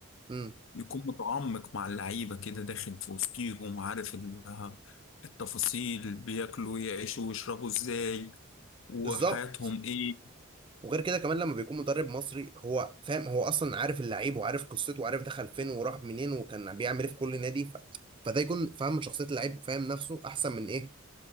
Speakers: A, on the right; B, on the left.
A: امم
B: يكون متعمق مع اللعيبة كده داخل في وسطيهم عارف ال- التفاصيل بياكلوا يعيشوا ويشربوا إزاي وحياتهم
A: بالظبط
B: إيه
A: وغير كده كمان لما بيكون مدرب مصري هو فاهم هو اصلا عارف اللعيب وعارف قصته وعارف دخل فين وراح منين وكان بيعمل ايه في كل نادي ف... فده يكون فاهم من شخصيه اللعيب فاهم نفسه احسن من ايه